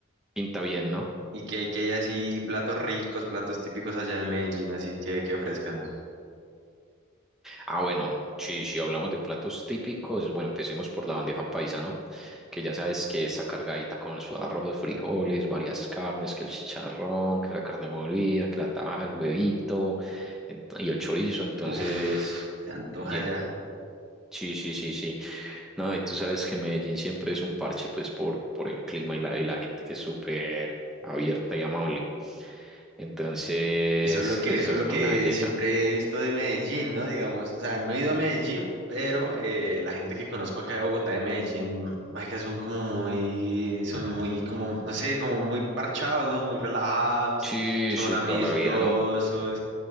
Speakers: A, in the centre; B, on the right (about 60°).
A: pinta bien, ¿no?
B: Y que hay que hay así platos ricos, platos típicos allá en Medellín, así que, que ofrezcan.
A: Ah, bueno, si, si hablamos de platos típicos, bueno, empecemos por la bandeja paisa, ¿no? Que ya sabes que está cargadita con su arroz, frijoles, varias carnes, que el chicharrón, que la carne molida, que la taja, el huevito ento- y el chorizo. Entonces,
B: Uf, se antoja
A: bien.
B: ya.
A: Sí, sí, sí, sí. No, y tú sabes que Medellín siempre es un parche, pues, por, por el clima y la, y la gente que es súper abierta y amable. Entonces,
B: Eso es lo que,
A: eso
B: eso
A: es
B: es lo que
A: una belleza.
B: siempre he visto de Medellín, ¿no? Digamos, o sea, no he ido a Medellín, pero eh, la gente que conozco acá de Bogotá, de Medellín, que son como muy, son muy como, no sé, como muy parchados, ¿no? Muy relajados,
A: Sí,
B: son
A: sí,
B: amistosos
A: toda la vida, ¿no?